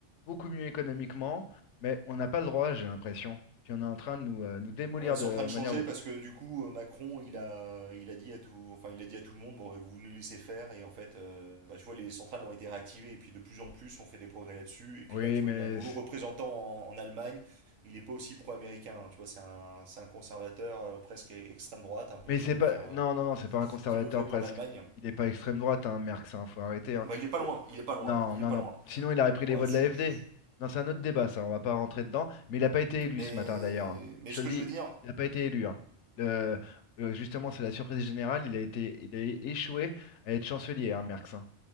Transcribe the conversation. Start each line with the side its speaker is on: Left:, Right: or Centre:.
Left: beaucoup mieux économiquement, mais on n'a pas le droit, j'ai l'impression. Puis on est en train de nous, euh, nous démolir
Right: Ouais, c'est
Left: de
Right: en train de changer
Left: manière haute.
Right: parce que du coup, euh, Macron, il a, il a dit à tout, enfin, il a dit à tout le monde, bon, bah, vous nous laissez faire. Et en fait, euh, bah, tu vois, les centrales ont été réactivées et puis de plus en plus, on fait des progrès là-dessus. Et puis
Left: Oui,
Right: là, tu
Left: mais
Right: vois, il y a un nouveau
Left: c-
Right: représentant en, en Allemagne. Il n'est pas aussi pro-américain, hein, tu vois, c'est un, c'est un conservateur euh, presque extrême droite, un peu
Left: Mais
Right: qui
Left: c'est
Right: veut
Left: pas.
Right: faire, euh,
Left: Non, non, non, c'est pas un conservateur
Right: qui veut vrai
Left: presque.
Right: pour l'Allemagne.
Left: Il n'est pas extrême droite, hein, Merckx, hein, faut arrêter. hein.
Right: Bah, il est pas loin, il est pas loin,
Left: Non,
Right: il
Left: non,
Right: est pas
Left: non.
Right: loin.
Left: Sinon, il aurait pris les
Right: Ouais,
Left: voix
Right: si,
Left: de l'AFD.
Right: si, si.
Left: Non, c'est un autre débat, ça, on va pas rentrer dedans. Mais il n'a pas été élu
Right: Mais,
Left: ce matin, d'ailleurs. hein.
Right: mais
Left: Je
Right: ce
Left: te
Right: que
Left: le dis,
Right: je veux dire,
Left: il n'a pas été élu. hein. Le- euh, Justement, c'est la surprise générale. Il a été... il a échoué à être chancelier, hein, Merckx. hein.